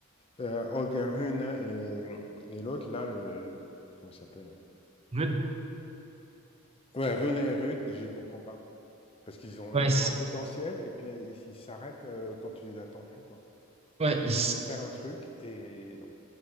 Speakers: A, on the left; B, on the right.
A: heu, Holger Rune et et l'autre là, le comment il s'appelle?
B: Rude,
A: Ouais, Rune et Rud, je les comprends pas. Parce qu'ils ont
B: ouais,
A: ils
B: c-
A: ont un potentiel et puis, ils ils s'arrêtent, heu, quand tu les attends plus, quoi.
B: ouais,
A: Tu
B: il,
A: te dis: «Ils vont faire un truc» et non.